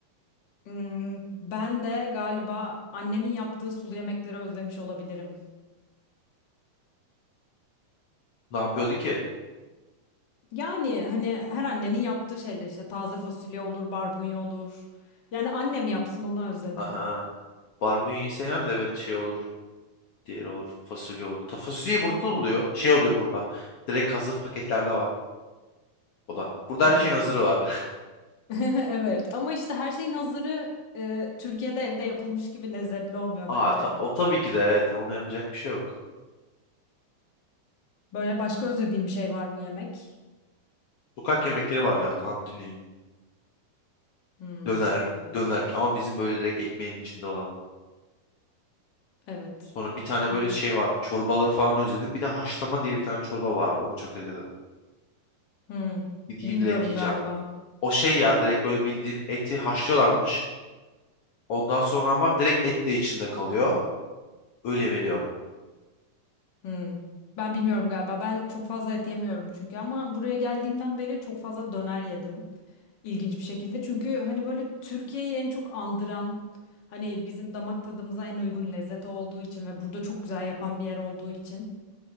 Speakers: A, on the left (about 50°); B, on the left (about 75°).
A: Hmm, Ben de galiba annemin yaptığı sulu yemekleri özlemiş olabilirim.
B: Ne yapıyordu ki?
A: Yani hani her annenin yaptığı şeyler işte taze fasulye olur, barbunya olur. Yani annem yapsın onu özledim.
B: Aha. Barbunya'yı sevmem de evet şey olur. Diğeri olur. Fasulye olur. Ta fasulyeyi burada da oluyor. Şey oluyor burada. Direkt hazır paketlerde var. O da. Burada
A: Evet.
B: her şeyin hazırı var.
A: <laughs> Evet ama işte her şeyin hazırı e, Türkiye'de evde yapılmış gibi lezzetli
B: <laughs>
A: olmuyor
B: Aa,
A: bence.
B: ta- o tabii ki de. evet, Ona yapacak bir şey yok.
A: Böyle başka özlediğim bir şey var mı yemek?
B: Sokak yemekleri var ya. Tantuni,
A: Hmm,
B: döner,
A: evet,
B: döner. Ama bizim böyle direkt ekmeğin içinde olan.
A: evet.
B: Sonra bir tane
A: Hmm,
B: böyle şey var. Çorbaları falan özledim. Bir de haşlama diye bir tane çorba vardı. Onu çok özledim.
A: hmm.
B: Gideyim
A: Bilmiyorum
B: direkt yiyeceğim.
A: galiba.
B: O şey ya direkt böyle bildiğin eti haşlıyorlarmış. Ondan sonra ama direkt et de içinde kalıyor. Öyle veriyor.
A: Hmm. Ben bilmiyorum galiba. Ben çok fazla et yemiyorum çünkü ama buraya geldiğimden beri çok fazla döner yedim. İlginç bir şekilde. Çünkü hani böyle Türkiye'yi en çok andıran, hani bizim damak tadımıza en uygun lezzet olduğu için ve burada çok güzel yapan bir yer olduğu için.